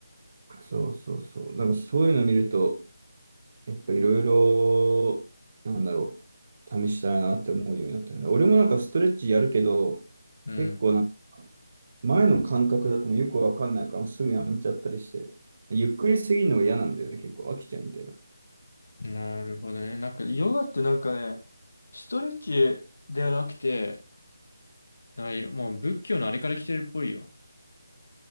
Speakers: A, on the right (about 35°); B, on the left (about 50°).
A: そうそうそう。だからそういうの見ると、やっぱいろいろ、なんだろう、試したいなって思うようになったね。俺もなんかストレッチやるけど、
B: うん、
A: 結構前の感覚だともうよくわかんないからすぐやめちゃったりして、ゆっくりすぎるのが嫌なんだよね、結構飽きちゃうみたいな。
B: うん。なるほどね。なんか、ヨガってなんかね、ストレッチではなくて、なんかいろもう仏教のあれから来てるっぽいよ。